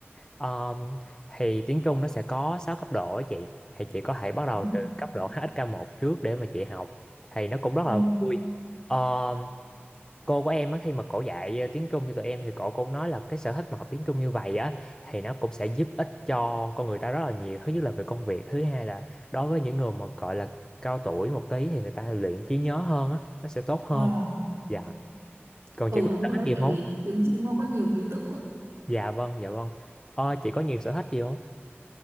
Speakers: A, on the left; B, on the right.
A: Ờm, thì tiếng Trung nó sẽ có 6 cấp độ á chị. Thì chị có thể bắt đầu
B: Ừ.
A: từ cấp độ hsk một trước để mà chị học. Thì nó cũng rất
B: Ờ,
A: là vui. Ờm, cô của em á, khi mà cổ dạy ờ, tiếng Trung cho tụi em thì cổ cũng nói là cái sở thích mà học tiếng Trung như vậy á thì nó cũng sẽ giúp ích cho con người ta rất là nhiều. Thứ nhất là về công việc, thứ hai là đối với những người mà gọi là cao tuổi một tí thì người ta luyện trí nhớ hơn á, nó sẽ tốt hơn.
B: ờ,
A: Dạ. Còn
B: ừ
A: chị có
B: đúng
A: sở
B: rồi đấy.
A: thích gì
B: Tại
A: không?
B: vì tiếng Trung nó có nhiều ký tự. ấy.
A: Dạ vâng, dạ vâng. Ờ, chị có nhiều sở thích gì không?